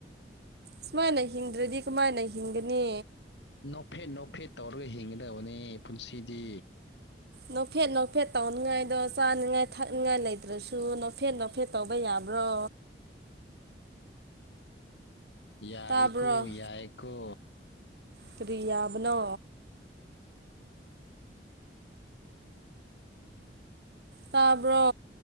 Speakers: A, on the right; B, on the left.
A: ꯁꯨꯃꯥꯏꯅ ꯍꯤꯡꯗ꯭ꯔꯗꯤ ꯀꯃꯥꯏꯅ ꯍꯤꯡꯒꯅꯤ
B: ꯅꯣꯞꯐꯦꯠ ꯅꯣꯞꯐꯦꯠ ꯇꯧꯔꯒ ꯍꯤꯡꯒꯗꯕꯅꯦ ꯄꯨꯟꯁꯤꯗꯤ
A: ꯅꯣꯐꯦꯠ ꯅꯣꯐꯦꯠ ꯇꯧꯅꯤꯡꯉꯥꯏꯗꯣ ꯆꯥꯅꯤꯡꯉꯥꯏ ꯊꯛꯅꯤꯡꯉꯥꯏ ꯂꯩꯇ꯭ꯔꯁꯨ ꯅꯣꯐꯦꯠ ꯅꯣꯐꯦꯠ ꯇꯧꯕ ꯌꯥꯕ꯭ꯔꯣ
B: ꯌꯥꯏꯀꯣ
A: ꯇꯥꯕ꯭ꯔꯣ
B: ꯌꯥꯏꯀꯣ
A: ꯀꯔꯤ ꯌꯥꯕꯅꯣ ꯇꯥꯕ꯭ꯔꯣ